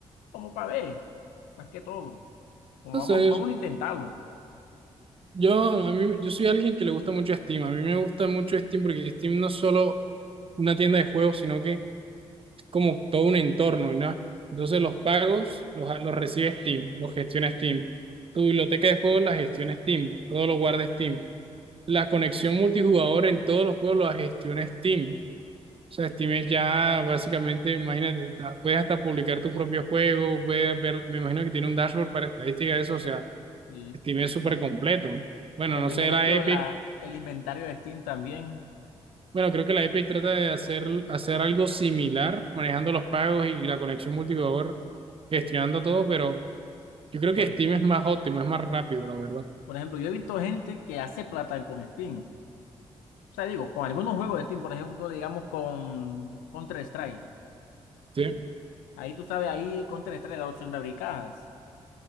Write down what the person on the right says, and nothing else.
Entonces,
Yo, a mí, yo soy alguien que le gusta mucho Steam. A mí me gusta mucho Steam porque Steam no es solo una tienda de juegos, sino que es como todo un entorno, ¿no? Entonces los pagos los, los recibe Steam, los gestiona Steam. Tu biblioteca de juegos la gestiona Steam, todo lo guarda Steam. La conexión multijugador en todos los juegos la gestiona Steam. O sea, Steam es ya básicamente, imagínate, ta- puedes hasta publicar tu propio juego, puedes ver, me imagino que tiene un dashboard para estadística de eso, o sea,
Steam es súper completo. Bueno,
no sé,
la
Epic.
Bueno, creo que la Epic trata de hacer, hacer algo similar, manejando los pagos y la conexión multijugador, gestionando todo, pero yo creo
que Steam es más óptimo, es más rápido, la verdad.
Sí,